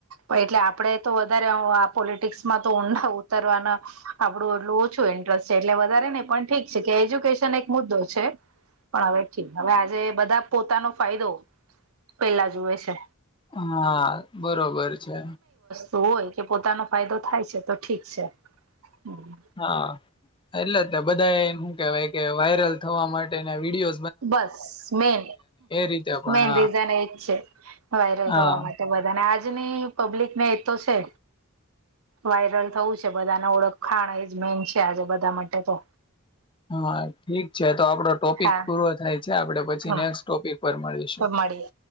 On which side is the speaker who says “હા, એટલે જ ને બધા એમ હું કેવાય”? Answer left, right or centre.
Left